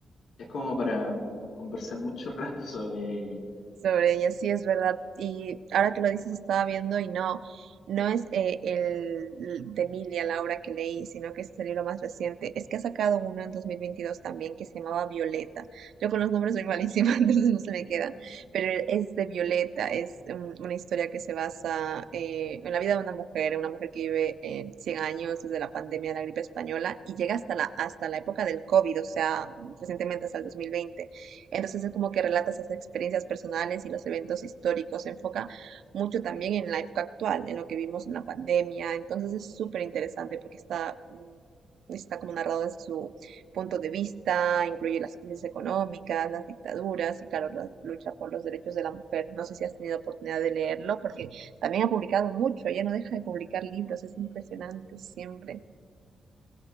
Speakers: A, on the left; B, on the right.
A: Es como para conversar mucho <laughs> rato sobre ella.
B: sobre ella, sí es verdad. Y ahora que lo dices, estaba viendo y no, no es eh, el de Emilia, la obra que leí, sino que es el libro más reciente. Es que ha sacado uno en 2022 también que se llamaba Violeta. Yo con los nombres soy malísima, <laughs> entonces no se me quedan, pero es de Violeta, es mm, una historia que se basa eh, en la vida de una mujer, una mujer que vive eh, 100 años desde la pandemia de la gripe española y llega hasta la, hasta la época del COVID, o sea, recientemente hasta el 2020 entonces es como que relata esas experiencias personales y los eventos históricos. Se enfoca mucho también en la época actual, en lo que vimos en la pandemia. Entonces es súper interesante porque está, mm, está como narrado desde su punto de vista, incluye las crisis económicas, las dictaduras y claro, la lucha por los derechos de la mujer. No sé si has tenido oportunidad de leerlo porque también ha publicado mucho. Ella no deja de publicar libros. Es impresionante siempre.